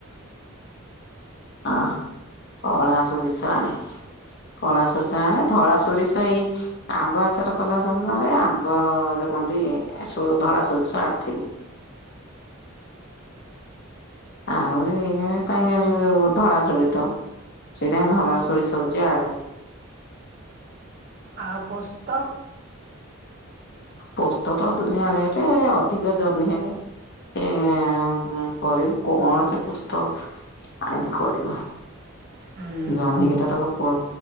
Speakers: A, on the left; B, on the right.
A: ହଁ କଳା ସୋରିସ ଆଣେ। କଳା ସୋରିଷ ଆଣେ ଧଳା ସୋରିଷ ଏଇ ଆମ୍ବ ଆଚାର କଲା ସମୟରେ ଆମ୍ବ ଯଉ କଣତି ଷୋ ଧଳା ସୋରିଷ ଆଣିଥିନି। ଆଉ ଏ କାହିଁ ଆଣିବେ ଧଳା ସୋରିତ ସେଇଟା ଧଳା ସୋଳିଷ ହଉଛି ଆଡରେ
B: ଆଉ ପୋସ୍ତ?
A: ପୋସ୍ତ ତ ଦୁନିଆ ରେଟେ ଅଧିକ ଜହ୍ନି ହେଲେ। ଏ କରିବୁ କଣ ସେ ପୁସ୍ତ ଆଣକି କରିବୁ। <inaudible>
B: ହୁଁ
A: ଜହ୍ନି ରେ ତ ତାକୁ ପୋ